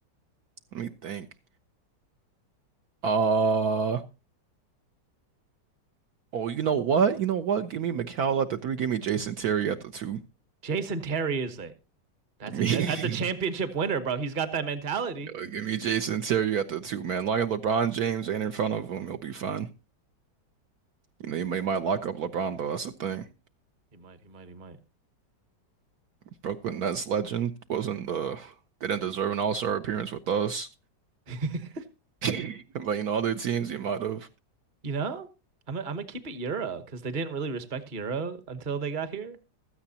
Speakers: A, on the right; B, on the right.
A: let me think. Uh oh, you know what? You know what? Give me McCall at the three, give me Jason Terry at the two.
B: Jason Terry is it. That's
A: Give
B: a
A: me
B: that's a championship
A: <laughs>
B: winner, bro. He's got that mentality.
A: Yo, give me Jason Terry at the two, man. Long as LeBron James ain't in front of him, he'll be fine. You know, they might might lock up LeBron though. That's the thing.
B: He might, he might, he might.
A: Brooklyn Nets legend wasn't the they didn't deserve an All-Star appearance with us.
B: <laughs>
A: <laughs> But you know, other teams you might have.
B: You know, I'm i I'm gonna keep it Euro because they didn't really respect Euro until they got here.